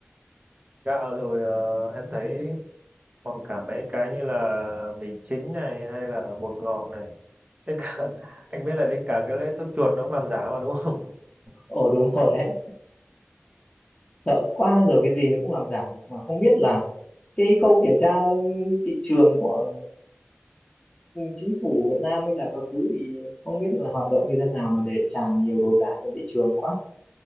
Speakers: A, on the right; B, on the left.
A: gạo rồi ờ, em thấy còn cả mấy cái như là mì chính này hay là bột ngọt này đến cả <laughs> anh biết là đến cả cái lấy thuốc chuột nó cũng làm giả mà đúng không
B: ờ đúng rồi đấy sợ quá giờ cái gì nó cũng làm giả được mà không biết là cái khâu kiểm tra thị trường của chính phủ Việt Nam hay là các thứ thì không biết là hoạt động như thế nào mà để tràn nhiều đồ giả trên thị trường quá